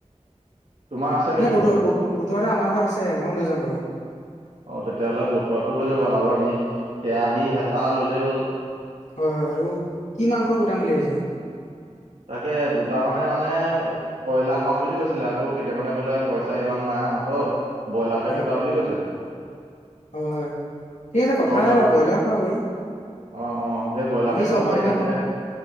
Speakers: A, on the right; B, on the left.
A: তোমাৰ আছে নেকি
B: এ
A: ঘৰত?
B: বতু-বতুৱা এট আমাৰ ঘৰত আছে, মই লৈ যাম বাৰু।
A: অ', তেতিয়াহ'লে বটুৱাটো হৈ যাব আৰু আমি কেৰাহী, হেঁতা ল'লেই হ'ল।
B: হয় হয়, আৰু কি মাংস গুটাম বুলি ভাবিছা?
A: তাকে দুটামানে মানে কয়লা খাওঁ বুলি কৈছিলে আকৌ কেইটামানে ক'লে পইচা ইমান নাই হাতত ব্ৰইলাৰ কে
B: হয়
A: গোটা বুলি কৈছে।
B: হয় হয়, ঠিক আছে কথা
A: কয়লাৰ
B: নাই বাৰু ব্ৰইলাৰো খাব পাৰি।
A: অ', অ', সেই ব্ৰইলাৰকে
B: আমি চব
A: খাব
B: মাংসই
A: পাৰি তাকে।
B: খাওঁ